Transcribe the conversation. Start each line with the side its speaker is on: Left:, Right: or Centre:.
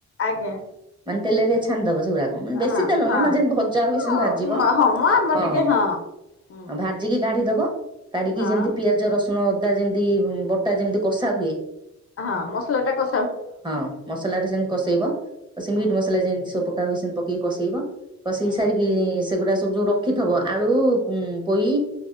Left: ଆଜ୍ଞା।
Right: ମାନେ ତେଲରେ ଛାଣିଦେବ ସେଉରାକ। ମାନେ ବେଶୀ
Left: ହଁ
Right: ତେଲ ନୁହଁ ମାନେ ଯେମିତି ଭଜା
Left: ହଁ।
Right: ହୁଏ ସେମତି ଭାଜିବ
Left: ହଁ ମ ଆମର
Right: ହଁ
Left: ଟିକେ ହୁଁ
Right: ଆଉ ଭା ଜିକି କାଢିଦବ କାଢିକି
Left: ହଁ।
Right: ଯେମିତି ପିଆଜ ରସୁଣ ଅଦା ଯେମିତି ବଟା ଯେମିତି କଷା ହୁଏ।
Left: ହଁ ମସଲା ଟା କ
Right: ହଁ ମସଲା ଟା ସେମତି କଷେଇବ ସେ
Left: ହୁଁ
Right: ମିଟ୍ ମସଲା ଯେମିତି ସବୁ ପକା ହୁଏ ସେମତି ପ କି କଷେଇବ କଷେଇ
Left: ହୁଁ
Right: ସାରିକି ସେଗୁଡା ସବୁ ଯୋଉ ରଖିଥବ ଆଳୁ ପୋଇ